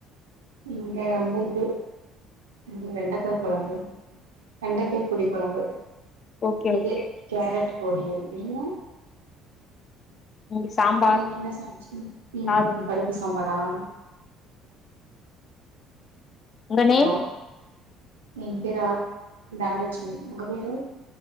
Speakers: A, on the right (about 80°); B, on the left (about 40°).
A: இங்க வந்து இது வெண்டக்கா கொழம்பு வெண்டைக்காய் புளிகொழம்பு
B: ஓகே
A: இது
B: ஓகே
A: கேரட் பொரியல் நீங்க
B: இன்னைக்கு சாம்பார்
A: நீங்கென்ன சமைச்சிங்க
B: சாதம்
A: ம்ம் பருப்பு சாம்பார் ஆஹ்
B: உங்க
A: ஹலோ
B: நேம்
A: என்பேரு ஆர் தனலச்சுமி உங்க பேரு